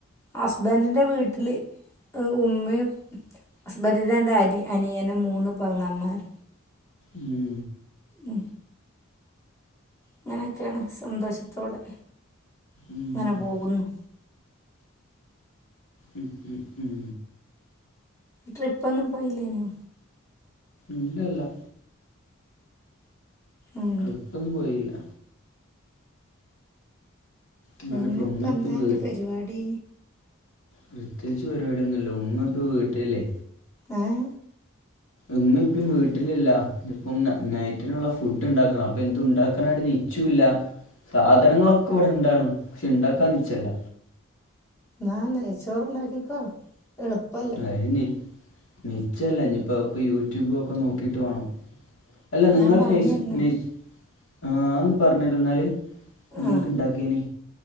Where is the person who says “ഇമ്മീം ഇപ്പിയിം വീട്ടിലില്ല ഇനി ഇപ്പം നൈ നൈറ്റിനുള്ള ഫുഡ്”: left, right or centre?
Left